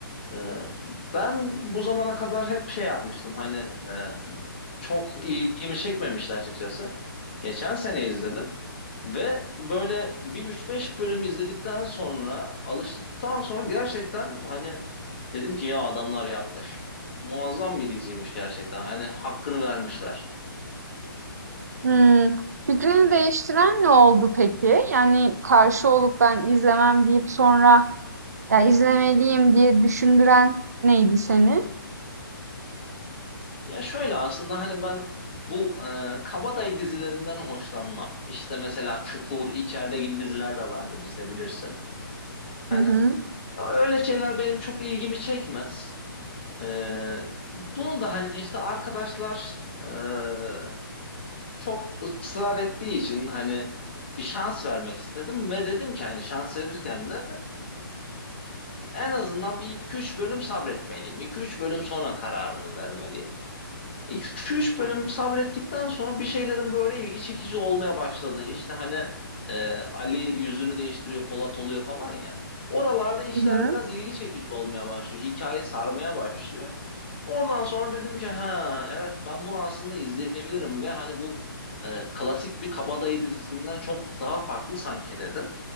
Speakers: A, on the left (about 30°); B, on the right (about 45°).
A: Ee, ben bu zamana kadar hep şey yapmıştım hani e, çok ilgimi çekmemişti açıkçası. Geçen sene izledim ve böyle bir üç beş bölüm izledikten sonra alıştıktan sonra gerçekten hani dedim ki ya adamlar yapmış. Muazzam bir diziymiş gerçekten hani hakkını vermişler.
B: Hmm, fikrini değiştiren ne oldu peki? Yani karşı olup ben izlemem deyip sonra ya izlemeliyim diye düşündüren neydi seni?
A: Ya şöyle aslında hani ben bu e, kabadayı dizilerinden hoşlanmam. İşte mesela Çukur, İçeride gibi diziler de vardı bizde bilirsin. Hani
B: Hı hı,
A: Ama öyle şeyler benim çok ilgimi çekmez. Ee, bunu da hani işte arkadaşlar e, çok ısrar ettiği için hani bir şans vermek istedim ve dedim ki hani şans verirken de en azından bir iki üç bölüm sabretmeliyim. iki üç bölüm sonra kararımı vermeliyim. 2-3 bölüm sabrettikten sonra bir şeylerin böyle ilgi çekici olmaya başladı. İşte hani e, Ali yüzünü değiştiriyor, Polat oluyor falan ya. Oralarda işler
B: hı hı.
A: biraz ilgi çekici olmaya başlıyor. Hikaye sarmaya başlıyor. Oradan sonra dedim ki ha evet ben bunu aslında izleyebilirim ve hani bu e, klasik bir kabadayı dizisinden çok daha farklı sanki dedim.